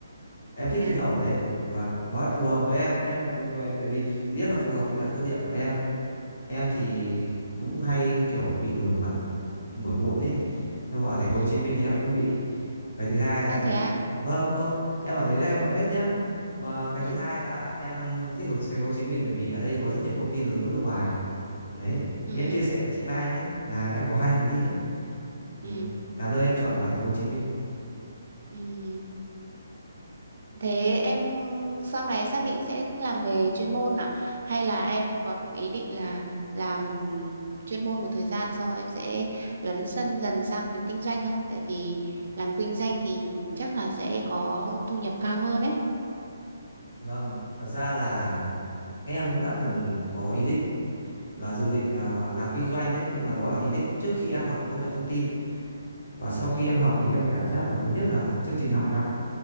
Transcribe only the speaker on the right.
Thế à?
ừ
à
thế
Ừ.
à
ừ
ừ
ừ
ừ
ừ ừ. thế em sau này xác định sẽ làm nghề chuyên môn à hay là em có ý định là làm chuyên môn một thời gian sau em sẽ lấn sân dần sang việc kinh doanh không tại vì làm kinh doanh thì ừ, chắc là sẽ có thu nhập cao hơn đấy
ừ